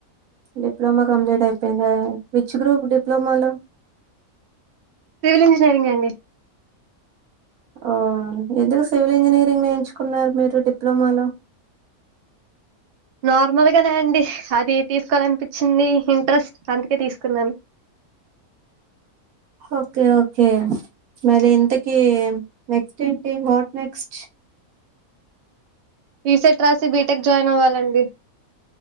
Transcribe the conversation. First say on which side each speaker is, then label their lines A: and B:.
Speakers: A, on the right; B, on the right.
A: డిప్లమా కంప్లీట్ అయిపోయిందా విచ్చు గ్రూప్ డిప్లొమాలో
B: సివిల్ ఇంజనీరింగ్ అండి
A: ఆ ఎందుకు సివిల్ ఇంజనీరింగ్ ని ఎంచుకున్నారు మీరు డిప్లొమాలో
B: నార్మల్గానే అండి. అది తీసుకోవాలనిపించింది. ఇంట్రెస్ట్ అందుకే తీసుకున్నాను.
A: ఓకే ఓకే మరి ఇంతకి నెక్స్ట్ ఏంటి వాట్ నెక్స్ట్
B: ఈసెట్ రాసి బీటెక్ జాయిన్ అవ్వాలండి.